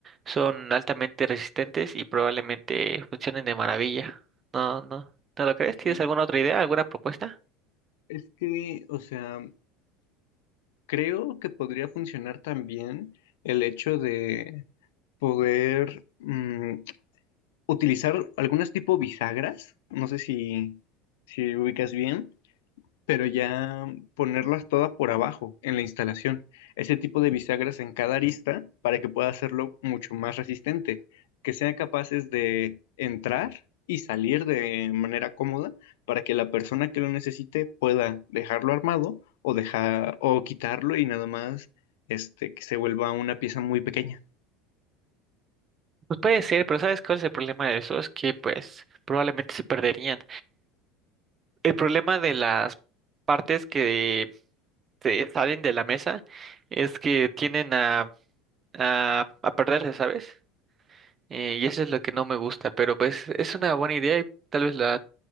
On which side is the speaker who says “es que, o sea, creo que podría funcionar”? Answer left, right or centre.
Left